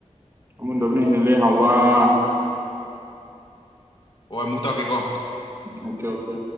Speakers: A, on the right (about 20°); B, on the left (about 40°).
A: ꯃꯟꯕꯅꯤ ꯍꯦꯂꯦ ꯍꯋꯥ <inaudible>
B: ꯍꯣꯏ ꯑꯃꯨꯛ ꯇꯥꯛꯀꯦꯀꯣ
A: ꯑꯣꯀꯦ ꯑꯣꯀꯦ